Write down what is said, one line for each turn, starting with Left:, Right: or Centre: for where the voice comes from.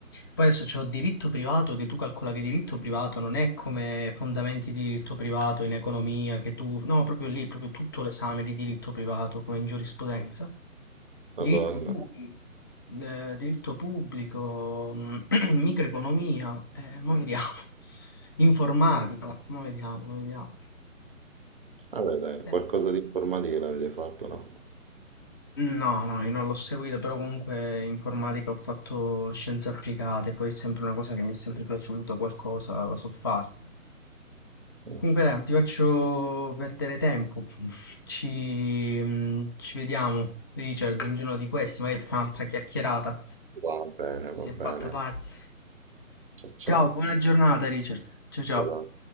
Left: Poi adesso c'ho diritto privato che tu calcola che diritto privato non è come fondamenti di diritto privato in economia che tu... No, proprio lì, proprio tutto l'esame di diritto privato come in giurisprudenza. Diritto
Right: Madonna.
Left: pubblico. eh, diritto pubblico, mh, <clears throat> microeconomia, eh, mo vediamo. Informatica, mo vediamo, mo vediamo.
Right: Vabbè, dai,
Left: Eh,
Right: qualcosa di informatica l'avete fatto, no?
Left: No, no, io non l'ho seguito, però comunque informatica ho fatto scienze applicate, poi è sempre una cosa che mi è sempre piaciuta, qualcosa la so fare.
Right: Mm.
Left: Comunque dai, non ti faccio perdere tempo, ci, mh, ci vediamo, Richard, un giorno di questi, magari per fare un'altra chiacchierata,
Right: Va bene,
Left: si
Right: va
Left: è fatta
Right: bene.
Left: tardi.
Right: Ciao, ciao.
Left: Ciao, buona giornata, Richard, ciao ciao.
Right: Vedremo.